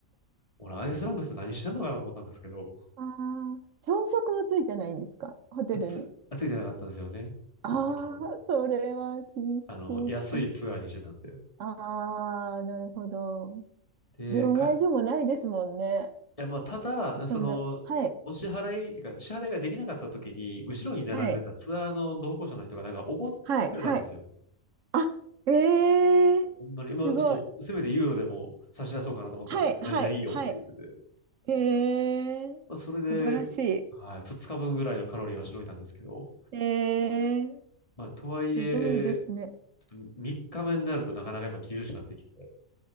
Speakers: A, on the left (about 25°); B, on the right (about 70°).
A: 俺、アイスランドの人何してんのかなと思ったんですけど、
B: ああ、朝食もついてないんですかホテルに。
A: つ、あついてなかったんですよね。
B: ああ、
A: その時も。
B: それは厳しいしかも。
A: あの、安いツアーにしてたんで。
B: ああ、なるほど。
A: で、
B: 両替所もないですもんね。
A: か、いや、まあ、ただ、
B: そんな。
A: その、
B: はい。
A: お支払い、ってか、支払いができなかった時に、後ろに並んでたツアーの同行者の人がなんか怒ってくれたんですよ。
B: はい。はい。はい。あ、ええー、
A: いや、もうほんまに、今、
B: すごい。
A: ちょっと、せめてユーロでも差し出そうかなと思ったんだけど、
B: はい。はい。
A: 全然いいよって言ってて。
B: はい。えー、
A: まあ、それで、
B: 素晴らし
A: はい、2日分ぐらいのカロリーはしのいたんですけど、
B: い。えー、
A: まあ、とはいえ、
B: すごいですね。
A: ちょっと3日目になるとなかなかやっぱ厳しくなってきて、